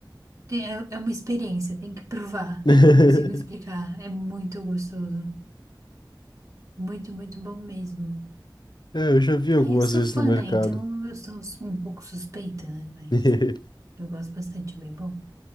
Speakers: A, on the right; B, on the left.
A: Tem- É, é uma experiência, tem que provar.
B: <laughs>
A: Eu não consigo explicar. É muito gostoso. Muito, muito bom mesmo.
B: É, eu já vi algumas
A: Ai, eu sou
B: vezes
A: fã,
B: no mercado.
A: né? Então eu sou um pouco suspeita, né? Mas
B: <laughs>
A: eu gosto bastante, é bem bom.